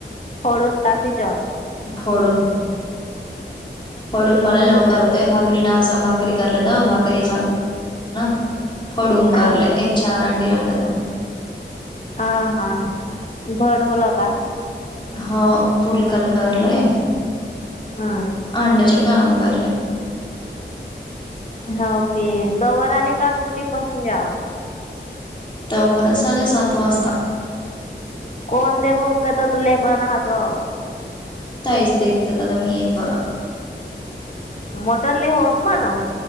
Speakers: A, on the left (about 40°); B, on the left (about 25°).
A: फोडुन की शिजुन
B: फोडुन फोडुन मला
A: फोडून
B: लवकर
A: करली
B: होतंय भाकरी ना असा भाकरी <unintelligible> फोडुन
A: हा
B: करलय एक चार अंडी राह <unintelligible>
A: हा हा भडवल का
B: हो पुलकल करलय
A: हा
B: अंड्याच्या काम करलंय
A: हो ते कवर आलं का डु अजून घ्या.
B: तवा असा नाही सात वाजता.
A: कोण दे <unintelligible> लेकरांना हासव.
B: <unintelligible>
A: मोटरली होत मानो